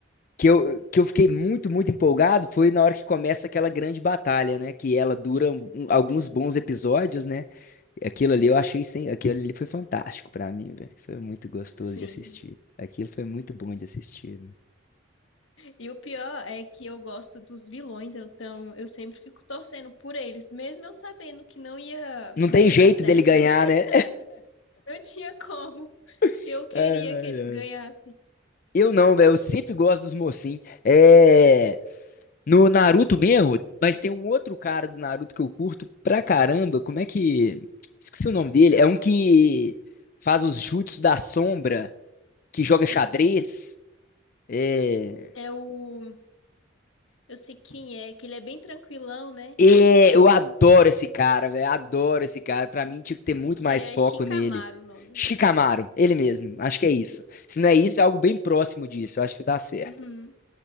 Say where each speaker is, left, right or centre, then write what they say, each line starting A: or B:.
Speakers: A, on the left; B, on the left.
A: que eu, que eu fiquei muito, muito empolgado, foi na hora que começa aquela grande batalha, né? Que ela dura um- um, alguns bons episódios, né? Aquilo ali eu achei sem, aquilo ali foi fantástico pra mim, velho. Foi muito gostoso
B: Sim.
A: de assistir. Aquilo foi muito bom de assistir, velho.
B: E o pior é que eu gosto dos vilões, então eu sempre fico torcendo por eles, mesmo eu sabendo que não ia
A: Não
B: não
A: tem
B: ia
A: jeito
B: dar certo,
A: dele ganhar,
B: né? <laughs>
A: né?
B: Não tinha como.
A: <laughs>
B: Eu queria
A: Ai, ai.
B: que eles ganhassem.
A: Eu não, velho. Eu sempre gosto dos mocinhos. É. No Naruto mesmo, mas tem um outro cara do Naruto que eu curto pra caramba. Como é que. Esqueci o nome dele. É um que faz os jutsus da sombra, que joga xadrez. É.
B: É o eu sei quem é, que ele é bem tranquilão, né?
A: É, eu adoro esse cara, velho. Adoro esse cara. Pra mim, tinha que ter muito
B: Que
A: mais
B: é
A: foco
B: Shikamaru
A: nele.
B: o nome.
A: Chicamaro, ele mesmo. Acho que é isso. Se não é isso, é algo bem próximo disso. Eu acho que tá certo.
B: Uhum.